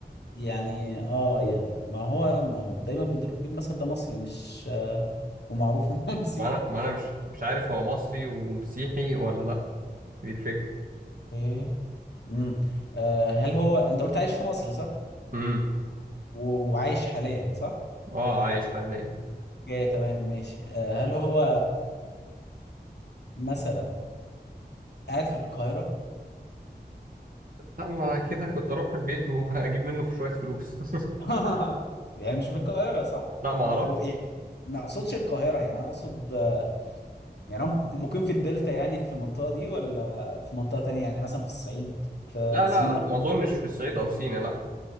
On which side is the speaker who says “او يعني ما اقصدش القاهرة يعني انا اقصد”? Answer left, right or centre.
Left